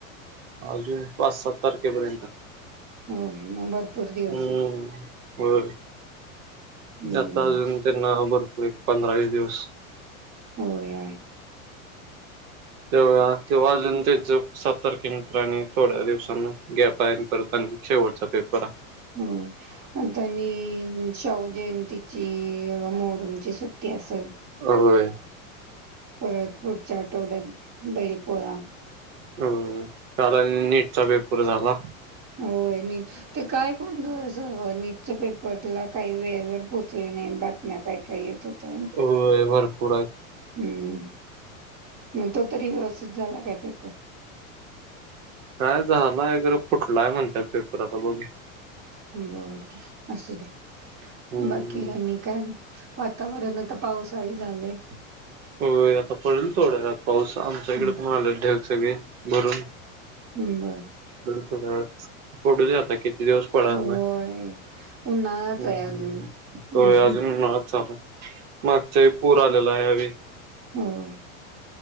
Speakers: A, on the right; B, on the right.
A: अजून पाच सात तारखेपर्यंत हाय.
B: होयं मग भरपूर दिवस
A: हम्म
B: आहे की.
A: बर
B: हं,
A: जाता अजून तेंना नाव भरपूर पंधरावीस दिवस.
B: होयं हाय.
A: तेवा तेव्हा अजून तेंच सत्तर कि. मीटर हाय आणि थोड्या दिवसानं गॅप हाय न परत आणि शेवटचा पेपर हा
B: हो अनं त्यांनी शाहुजी न तिची मोहर ची सुट्टी असलं.
A: होयं.
B: परत पुढच्या आठवड्यात बैल पोळा.
A: होयं, कारण नीटचा पेपर झाला.
B: होय नीट, ते काय गोंधळ सं नीटच पेपरला काही वेळेवर पोचले नाय, बातम्या काय काय येत होत्या.
A: होयं भरपूर हायत.
B: हम्म म तो तरी व्यवस्थित झाला काय पेपर?
A: काय झालाय, खरं फुटलाय म्हणत्यात पेपर आता बघू या.
B: बर असू दे.
A: हम्म
B: बाकी आणि काय, वातावरण आता पावसाळी झालंय.
A: होयं, आता पडलं थोड्या वेळात पाऊस, आमच्याकडं
B: हं,
A: पण आलेत ढग सगळे, भरून.
B: हम्म बरं.
A: त्येला पडू दे आता कित किती दिवस पडालं
B: होय.
A: नाही,
B: उन्हाळाच
A: हूं
B: आहे अजून. हं,
A: होय,
B: हं.
A: अजून म <unintelligible> चालू मागच्या वेळी पूर आलेला, ह्यावेळी
B: होयं.